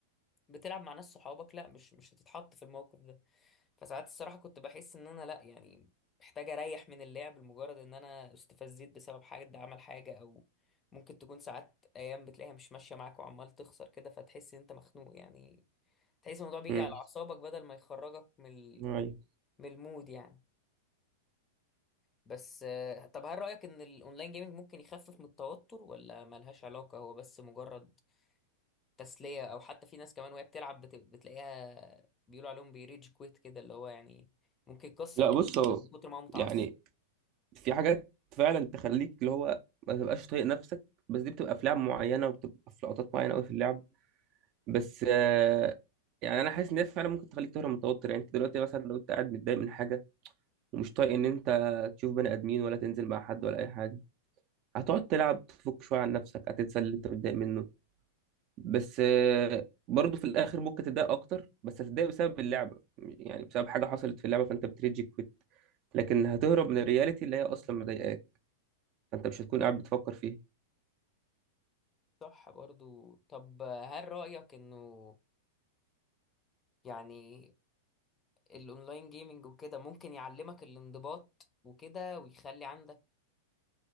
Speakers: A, on the left; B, on the right.
A: بتلعب مع ناس صحابك لا مش مش هتتحط في الموقف ده فساعات الصراحة كنت بحس ان انا لا يعني محتاج اريح من اللعب لمجرد ان انا استفزيت بسبب حد عمل حاجة او ممكن تكون ساعات ايام بتلاقيها مش ماشية معاك وعمال تخسر كده فتحس ان انت مخنوق يعني تحس الموضوع بيجي
B: امم
A: على اعصابك بدل ما يخرجك من ال-
B: أيوه
A: من المود يعني بس آه، طب هل رأيك ان الاونلاين جيمنج ممكن يخفف من التوتر ولا ملهاش علاقة هو بس مجرد تسلية أو حتى في ناس كمان وهي بتلعب بت... بتلاقيها بيقولوا عليهم بيريج كويت كده اللي هو يعني ممكن يكسر
B: لا
A: الكمبيوتر
B: بص هو
A: من كتر ما هو متعصب
B: يعني في حاجات فعلا تخليك اللي هو ما تبقاش طايق نفسك بس دي بتبقى في لعب معينه وبتبقى في لقطات معينه قوي في اللعب بس آه، يعني انا حاسس ان هي فعلا ممكن تخليك تهرب من التوتر يعني انت دلوقتي مثلا لو انت قاعد متضايق من حاجه ومش طايق ان انت تشوف بني ادمين ولا تنزل مع حد ولا اي حاجه هتقعد تلعب تفك شويه عن نفسك هتنسى اللي انت متضايق منه بس آه، برضه في الاخر ممكن تتضايق اكتر بس هتتضايق بسبب اللعبه يعني بسبب حاجه حصلت في اللعبه فانت بتريجي كويت لكن هتهرب من الرياليتي اللي هي اصلا مضايقاك فانت مش هتكون قاعد بتفكر فيها
A: صح برضو طب هل رأيك إنه يعني الأونلاين جيمنج وكده ممكن يعلمك الانضباط وكده ويخلي عندك